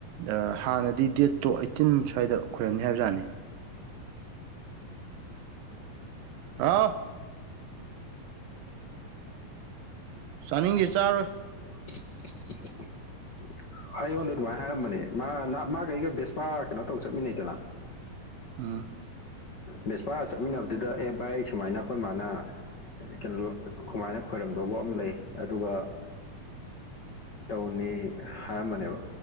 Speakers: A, on the right (about 85°); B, on the left (about 45°).
A: ꯑ ꯍꯥꯟꯅꯗꯤ ꯗꯦꯠꯇꯣ ꯑꯥꯏꯠꯇꯤꯟ ꯁ꯭ꯋꯥꯏꯗ ꯈꯣꯢꯔꯝꯅꯤ ꯍꯥꯏꯕꯖꯥꯠꯅꯦ ꯍꯥꯥꯎ ꯆꯥꯅꯤꯡꯗꯦ ꯆꯥꯔꯔꯣꯏ
B: <inaudible> ꯍꯥꯏꯌ‌ꯣꯟꯗ ꯑꯗꯨꯃꯥꯏ ꯍꯥꯏꯔꯝꯕꯅꯦ ꯃꯥ ꯃꯥꯒ ꯑꯩꯒ ꯕꯦꯁꯄꯥ ꯀꯩꯅꯣ ꯇꯧ ꯆꯠꯃꯤꯟꯅꯩꯗꯅ
A: ꯑꯥ
B: ꯕꯦꯁꯄꯥ ꯆꯠꯃꯤꯟꯅꯕꯗꯨꯗ ꯑꯦ ꯚꯥꯏ ꯑꯩ ꯁꯨꯃꯥꯏꯅ ꯑꯩꯈꯣꯏ ꯃꯥꯅ ꯀꯩꯅꯣ ꯀꯨꯃꯥꯏꯅ ꯈꯣꯏꯔꯝꯗꯧꯕ ꯑꯃ ꯂꯩ ꯑꯗꯨꯒ ꯇꯧꯅꯤ ꯍꯥꯏꯔꯝꯕꯅꯦꯕ